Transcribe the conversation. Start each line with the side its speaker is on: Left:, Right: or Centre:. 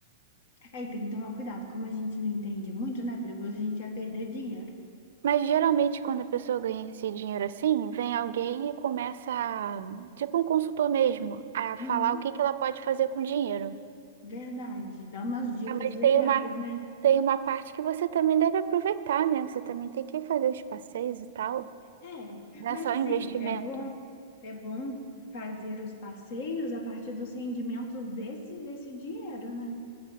Left: Aí tem que tomar cuidado, como a gente não entende muito, né? É Perigoso, a gente vai perder dinheiro.
Right: Mas geralmente quando a pessoa ganha esse dinheiro assim, vem alguém e começa, a- tipo um consultor mesmo, a falar
Left: Uhum,
Right: o que que ela pode fazer com o dinheiro.
Left: verdade. Dá umas dicas
Right: Ah, mas
Left: legais,
Right: tem uma,
Left: né?
Right: tem uma parte que você também deve aproveitar, né? Você também tem que fazer os passeios e tal.
Left: É,
Right: Não
Left: mas
Right: é só
Left: assim,
Right: investimento.
Left: é bom, é bom fazer os passeios a partir dos rendimentos desse, desse dinheiro, né?